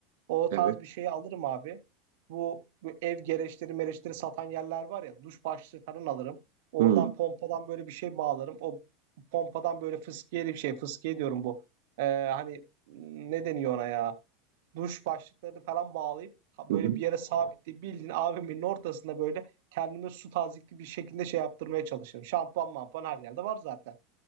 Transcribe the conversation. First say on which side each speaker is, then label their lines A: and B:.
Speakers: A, on the right (about 55°); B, on the right (about 75°).
A: O
B: Evet.
A: tarz bir şeyi alırım abi. Bu, bu ev gereçleri mereçleri satan yerler var ya. Duş başlığı falan alırım. Oradan
B: Hmm.
A: pompadan böyle bir şey bağlarım. O pompadan böyle fıskiye bir şey. Fıskiye diyorum bu. Ee, hani ne deniyor ona ya? Duş başlıklarını falan bağlayıp ha,
B: Hı
A: böyle
B: hı.
A: bir yere sabitleyip bildiğin AVM'nin ortasında böyle kendime su tazikli bir şekilde şey yaptırmaya çalışırım. Şampuan mampuan her yerde var zaten.